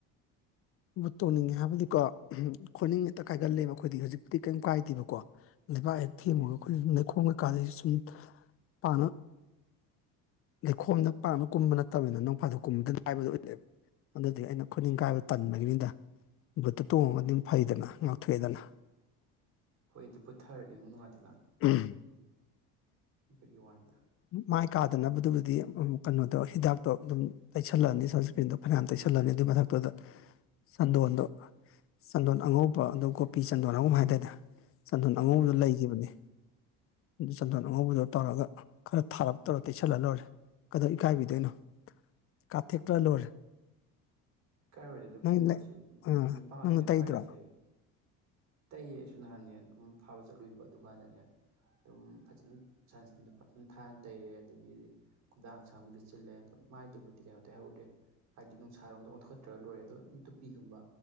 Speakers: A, on the left; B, on the right.
A: ꯕꯨ ꯇꯣꯡꯅꯤꯡꯉꯦ ꯍꯥꯏꯕꯗꯤꯀꯣ ꯎ ꯈꯅꯤꯡ ꯍꯦꯛꯇ ꯀꯥꯏꯒꯜꯂꯦꯕ ꯑꯩꯈꯣꯏꯗꯤ ꯍꯧꯖꯤꯛꯄꯨꯗꯤ ꯀꯩꯝ ꯀꯥꯏꯗꯦꯕꯀꯣ ꯂꯩꯕꯥꯛ ꯍꯦꯛ ꯊꯦꯝꯃꯒ ꯑꯩꯈꯣꯏ ꯂꯩꯈꯣꯝ ꯀꯩꯀꯥꯗ ꯁꯨꯝ ꯄꯥꯅ ꯂꯩꯈꯣꯝꯗ ꯄꯥꯛꯅ ꯀꯨꯝꯕ ꯅꯠꯇꯕꯅꯤꯅ ꯅꯣꯡꯐꯥꯗ ꯀꯨꯝꯕꯗ ꯍꯥꯏꯕꯗꯨ ꯑꯣꯏꯕ ꯑꯗꯨꯗꯤ ꯑꯩꯅ ꯈꯨꯅꯤꯡ ꯀꯥꯏꯕꯗ ꯇꯟꯕꯒꯤꯅꯤꯗ ꯚꯨꯠꯇꯨ ꯇꯣꯡꯉꯒꯗꯤ ꯐꯩꯗꯅ ꯉꯥꯛꯊꯣꯛꯑꯦꯗꯅ
B: ꯍꯣꯏ ꯑꯗꯨ ꯄꯨꯊꯔꯗꯤ ꯑꯃꯨꯛ ꯅꯨꯡꯉꯥꯏꯇꯗꯅ
A: ꯎꯝ <inaudible>
B: ꯏꯒꯤ ꯋꯥꯟꯗ
A: ꯃꯥꯏ ꯀꯥꯗꯅꯕꯗꯨꯕꯨꯗꯤ ꯀꯩꯅꯣꯗꯣ ꯍꯤꯗꯥꯛꯇꯣ ꯑꯗꯨꯝ ꯇꯩꯁꯜꯂꯅꯤ ꯁꯁꯄꯤꯦꯟꯗ ꯐꯅꯌꯥꯝ ꯇꯩꯁꯜꯂꯅꯤ ꯑꯗꯨꯏ ꯃꯊꯛꯇꯨꯗ ꯆꯟꯗꯣꯟꯗꯣ ꯆꯟꯗꯣꯟ ꯑꯉꯧꯕ ꯑꯗ ꯀꯣꯄꯤ ꯆꯟꯗꯣꯟ ꯑꯉꯨꯝ ꯍꯥꯏꯇꯥꯗ ꯆꯟꯗꯣꯟ
B: ꯎꯝ
A: ꯑꯉꯧꯕꯗꯨ ꯂꯩꯈꯤꯕꯅꯦ ꯑꯗꯨ ꯆꯟꯗꯣꯟ ꯑꯉꯧꯕꯗꯣ ꯇꯧꯔꯒ ꯈꯔ ꯊꯥꯔꯞ ꯇꯧꯔ ꯇꯩꯁꯜꯍ ꯂꯣꯏꯔꯦ ꯀꯗꯧ ꯏꯀꯥꯏꯕꯤꯗꯣꯏꯅꯣ ꯀꯥꯊꯦꯛꯇ꯭ꯔ ꯂꯣꯏꯔꯦ
B: ꯀꯥꯏ ꯑꯣꯏꯔꯦ ꯑꯗꯨ
A: ꯅꯪ
B: ꯀꯣꯏꯁꯤ
A: ꯂꯩ ꯑꯥ
B: ꯅꯨꯄꯥꯇꯅꯤ
A: ꯅꯪꯅ ꯇꯩꯗ꯭ꯔꯣ
B: ꯐꯥꯏꯁ ꯇꯩꯌꯦꯁꯨ ꯅꯍꯥꯟꯅꯦ ꯑꯗꯨꯝ ꯐꯥꯕ ꯆꯠꯂꯨꯏꯕ ꯑꯗꯨꯗꯨꯀꯥꯟꯗꯅꯦ ꯑꯗꯨꯝ ꯐꯖꯅ ꯁꯟ ꯏꯁꯀ꯭ꯔꯤꯟꯗꯣ ꯐꯖꯅ ꯊꯥꯅ ꯇꯩꯔꯦ ꯑꯗꯒꯤꯗꯤ ꯈꯨꯗꯥꯡꯁꯥꯡꯒꯤꯗꯤ ꯆꯤꯜꯂꯦ ꯑꯣ ꯃꯥꯏꯗꯨꯕꯨꯗꯤ ꯀꯩꯅꯣ ꯇꯩꯍꯧꯗꯦ ꯍꯥꯏꯗꯤ ꯅꯨꯡꯁꯥꯔꯣꯝꯗ ꯑꯣꯟꯊꯠ ꯠꯇ꯭ꯔ ꯂꯣꯏꯔꯦ ꯑꯗꯣ ꯇ ꯅꯨꯄꯤꯒꯨꯝꯕ